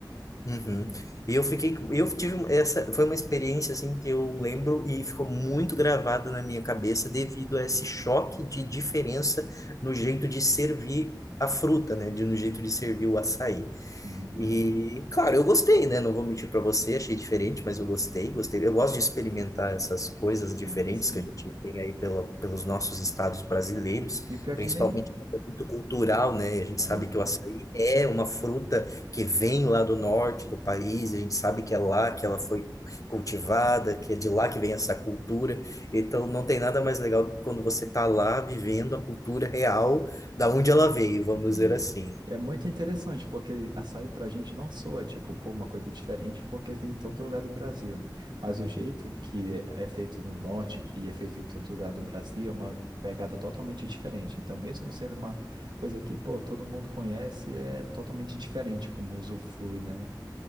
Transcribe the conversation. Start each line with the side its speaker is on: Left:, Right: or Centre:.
Left: Uhum. E eu fiquei, eu tive um- essa, foi uma experiência assim que eu lembro e ficou muito gravada na minha cabeça devido a esse choque de diferença no jeito de servir a fruta, né, de no jeito de servir o açaí.
Right: Uhum.
Left: E, claro, eu gostei, né? Não vou mentir para você, achei diferente, mas eu gostei, gostei. Eu gosto de experimentar essas coisas
Right: Sim,
Left: diferentes
Right: sim.
Left: que a gente tem aí pela, pelos nossos estados brasileiros,
Right: E o pior é
Left: principalmente
Right: que nem.
Left: porque é muito cultural, né? A gente
Right: Aham.
Left: sabe que o açaí é uma fruta que vem lá do norte do país, a gente sabe que é lá que ela foi cultivada, que é de lá que vem essa cultura. Então, não tem nada mais legal do que quando você tá lá vivendo a cultura real da onde ela veio, vamos
Right: Sim.
Left: dizer assim. né?
Right: E é muito interessante, porque açaí pra gente não soa, tipo, pô, uma coisa diferente, porque tem em todo lugar do Brasil. Mas o jeito que é feito no norte e é feito em todo lugar do Brasil é uma pegada totalmente diferente. Então, mesmo sendo uma coisa que, pô, todo mundo conhece, é totalmente diferente como o uso flui, né?